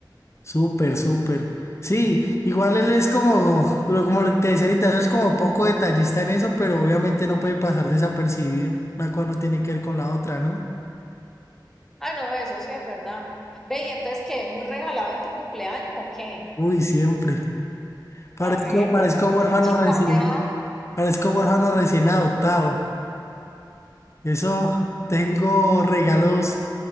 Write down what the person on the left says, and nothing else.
Súper, súper. Sí, igual él es como, pero como te decía ahorita, eso es como poco detallista en eso, pero obviamente no puede pasar desapercibido. Una cosa no tiene que ver con la otra, ¿no?
Uy, siempre. Parezco,
parezco
huérfano
recién, parezco huérfano recién adoptado. Eso, tengo regalos.